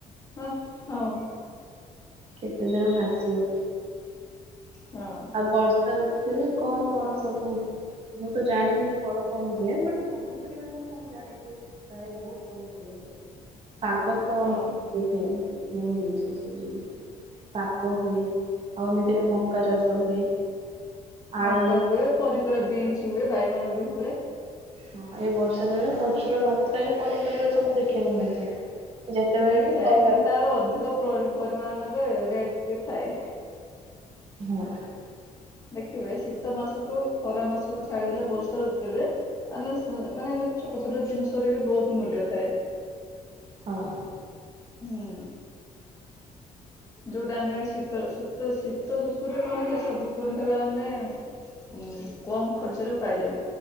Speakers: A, on the left (about 25°); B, on the right (about 45°).
A: ହୁଁ ହଁ।
B: କେତେ ଦୂର ଭାସିବ।
A: ହଁ।
B: ଆଉ ବର୍ଷା ଋତୁରେ କଣ କଣ ସବୁ? ମୁଁ ତ ଜାଣିନି ଫଳ କଣ ହୁଏ! ବଟ ପନିପରିବା କଥା ମୁଁ ଜାଣିଛିି ପ୍ରାୟ ବହୁତ ପନିପରିବା ହୁଏ। ଶାଗ ତ <unintelligible>
A: ହଁ
B: ଶାଗ ହୁଏ, ଆଉ ଏମିତିରେ ମକା ଚାଷ ହୁଏ। ଆଳୁ
A: ମକା ହୁଏ ପନିପରିବା ବିନ୍ସ ହୁଏ ବାଇଗଣ ବି ହୁଏ।
B: ହଁ ଏ ବର୍ଷା ଦିନରେ ପ୍ରଚୁର ମାତ୍ରାରେ ପନିପରିବା ସବୁ ଦେଖିବାକୁ ମିଳିଥାଏ। ଯେତେବେଳେ
A: ମିଳିଥାଏ
B: କି ଖରା
A: କିନ୍ତୁ ତାର ଅଧିକ ପରିମାଣରେ ରେଟ ଟି ଥାଏ।
B: ହଁ।
A: ଦେଖିବେ ଶୀତ ମାସଠୁ ଖରା ମାସକୁୁ ଛାଡ଼ିଦେଲେ ବର୍ଷା ଋତୁରେ ମାନେ ସେ ମାନେ ଏଇନା ଛୋଟ ଛୋଟ ଜିନିଷ ରେ ବି ବହୁତ ମୂଲ୍ୟ ଥାଏ।
B: ହଁ।
A: ହୁଁ। ଯୋଉଟା ଆମେ ଶୀତ ଶୀତ ଶୀତ ଋତୁରେ କଣ ଥାଏ ସବୁ ପନିପରିବା ଆମେ ହୁଁ କମ୍ ଖର୍ଚ୍ଚରେ ପାଇଯାଉ।